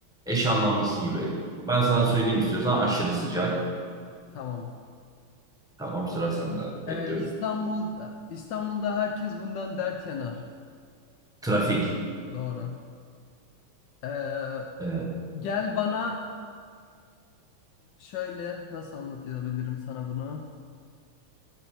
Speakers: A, in the centre; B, on the left (about 70°).
A: eş anlamlısı gibi. Ben sana söyleyeyim istiyorsan aşırı sıcak.
B: Tamam.
A: Tamam sıra sende. Bekliyorum.
B: Ee, İstanbul'da, İstanbul'da herkes bundan dert yanar.
A: Trafik.
B: Doğru. Ee,
A: Evet,
B: gel bana şöyle nasıl anlatabilirim sana bunu?